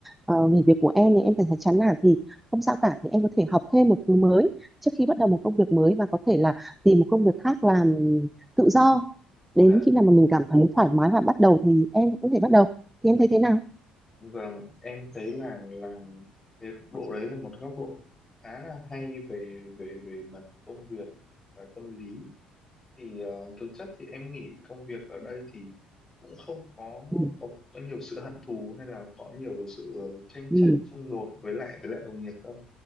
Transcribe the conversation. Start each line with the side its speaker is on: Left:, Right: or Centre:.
Centre: ờ, nghỉ việc của em này em cảm thấy chán nản thì không sao cả thì em có thể học thêm một thứ mới trước khi bắt đầu một công việc mới và có thể là tìm một công việc khác làm tự do đến
Left: dạ
Centre: khi nào mà mình cảm thấy thoải mái và bắt đầu thì em cũng có thể bắt đầu thì em thấy thế nào
Left: Vâng, em thấy là là cái góc độ đấy là một góc độ khá là hay về về về mặt công việc và tâm lý. Thì ờ, thực chất thì em nghĩ công việc ở đây thì cũng không có
Centre: ừ
Left: có có nhiều sự hận thù hay là có nhiều sự tranh
Centre: ừ
Left: chấp xung đột với lại với lại đồng nghiệp đâu.